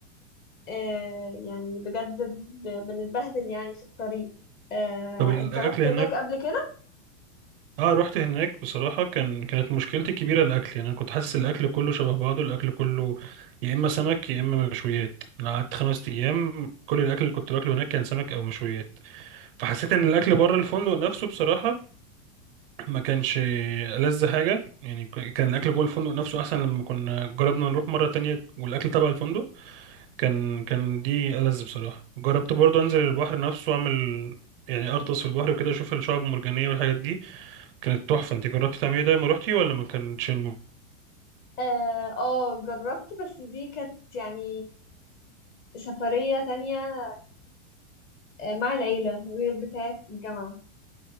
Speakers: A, on the left; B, on the right.
A: آه يعني بجد ب- بنتبهدل يعني في الطريق آه
B: طب الاكل
A: انت رحت
B: هناك
A: هناك قبل كده؟
B: اه رحت هناك بصراحة كان كانت مشكلتي الكبيرة الأكل يعني أنا كنت حاسس الأكل كله شبه بعضه الأكل كله يا إما سمك يا إما مشويات أنا قعدت خمس أيام كل الأكل اللي كنت باكله هناك كان سمك أو مشويات فحسيت إن الأكل بره الفندق نفسه بصراحة ما كانش ألذ حاجة يعني ك- كان الأكل جوه الفندق نفسه أحسن لما كنا جربنا نروح مرة تانية والأكل تبع الفندق كان كان دي ألذ بصراحة جربت برضه أنزل البحر نفسه وأعمل يعني أغطس في البحر وكده أشوف الشعاب المرجانية والحاجات دي كانت تحفة انت جربتي تعملي ده لما روحتي ولا ما كانتش الم...
A: اه آه، جربت بس دي كانت يعني سفرية تانية آه، مع العيلة غير بتاعة الجامعة